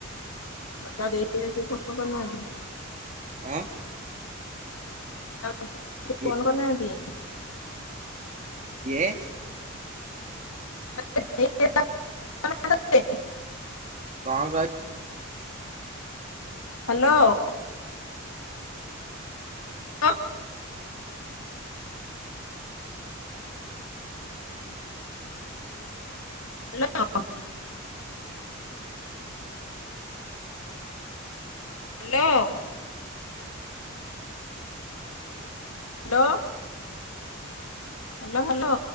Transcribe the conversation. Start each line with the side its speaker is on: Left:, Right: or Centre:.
Left: ତତେ ଆଉ ଦେଇ ହେରିକା କିଏ ଫୋନ କରିନାହାଁନ୍ତି?
Right: ଆଁ।
Left: <inaudible> ଫୋନ
Right: କିଏ
Left: କରିନାହାନ୍ତି?
Right: କିଏ?
Left: <inaudible>
Right: କଣ କଇ
Left: ହ୍ୟାଲୋ। ଅଁ। Hello. Hello. Hello. Hello hello.